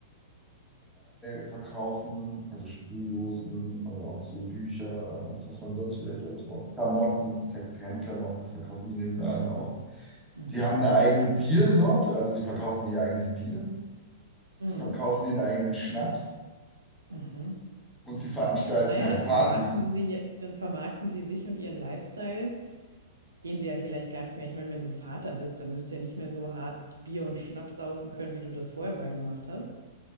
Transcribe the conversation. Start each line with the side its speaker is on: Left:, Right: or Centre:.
Centre: verkaufen, also Sprühdosen, aber auch so Bücher, alles, was man sonst vielleicht dazu braucht. Klamotten, Secondhand-Klamotten verkaufen die in dem Laden auch.
Right: Mhm.
Centre: Sie haben eine eigene Biersorte, also sie verkaufen ihr eigenes Bier,
Right: Mhm.
Centre: sie verkaufen ihren eigenen Schnaps
Right: Mhm.
Centre: und sie veranstalten
Right: Naja,
Centre: halt
Right: dann
Centre: Partys.
Right: vermarkten sie sie, dann vermarkten sie sich und ihren Lifestyle, den sie ja vielleicht gar nicht mehr. Ich meine, wenn du Vater bist, dann wirst du ja nicht mehr so hart Bier und Schnaps saufen können, wie du das vorher mal gemacht hast.